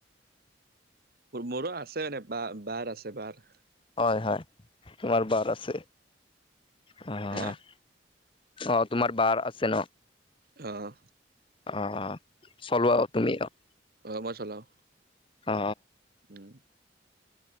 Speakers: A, on the right; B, on the left.
A: মোৰো আছে এনেকুৱা বাৰ আছে বাৰ।
B: হয় হয় তোমাৰ বাৰ আছে হয় হয়।
A: হে
B: অ তোমাৰ বাৰ আছে ন
A: আহ্।
B: অ চলোৱা তুমি আৰু।
A: অ মই চলাওঁ।
B: অ।
A: উম।